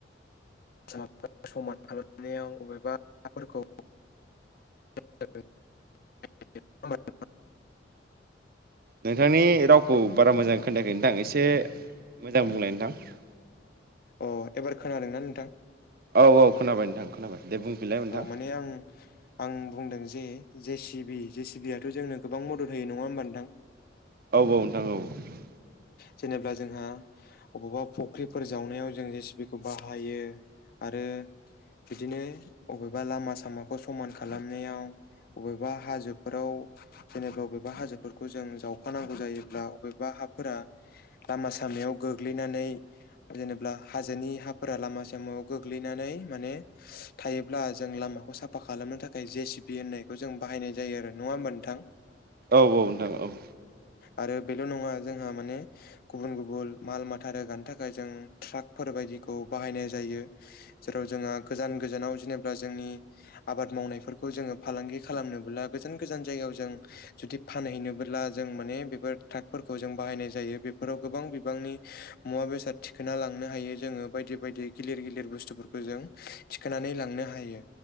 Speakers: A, on the left; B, on the right.
A: <inaudible> समान खालामनायाव अबेबा हाफोरखौ <inaudible>
B: नोंथांनि रावखौ बारा मोजां खोनायाखै नोंथां एसे मोजां बुंलाय नोंथां
A: अ एबार खोनादोंना नोंथां?
B: औ औ खोनाबाय नोंथां खोनाबाय दे बुंफिनलाय नोंथां
A: औ माने आं आं बुंदों जे जे सि बि जे सि बि आथ' जोंनो गोबां मदद होयो नङा होमबा नोंथां?
B: औ औ नोंथां औ
A: जेनेबा जोंहा अबावबा फुख्रिफोर जावनायाव जों जे सि बि खौ बाहायो आरो बिदिनो अबेबा लामा सामाखौ समान खालामनायाव अबेबा हाजोफोराव जेनेबा बबेबा हाजोफोरखौ जों जावखानांगौ जायोब्ला अबेबा हाफोरा लामा सामायाव गोग्लैनानै जेनेब्ला हाजोनि हाफोरा लामा सामा याव गोग्लैनानै माने थायोब्ला जों लामाखौ साफा खालामनो थाखाय जे सि बि होननायखौ जों बाहायनाय जायो आरो नङा होमबा नोंथां?
B: औ औ नोंथां औ
A: आरो बेल' नङा जोंहा माने गुबुन गुबुन माल माथा रोगानो थाखाय जों ट्राक फोरबायदिखौ बाहायनाय जायो जेराव जोंहा गोजान गोजानाव जेनेब्ला जोंनि आबाद मावनायफोरखौ जोङो फालांगि खालामनोब्ला गोजान गोजान जायगायाव जों जुदि फानहैनोबोब्ला जों माने बेफोर ट्राकफोरखौ जों बाहायनाय जायो बेफोराव गोबां बिबांनि मुवा बेसाद थिखोना लां नो हायो जोङो बायदि बायदि गिलिर गिलिर बुस्थुफोरखौ जों थिखोनानै लांनो हायो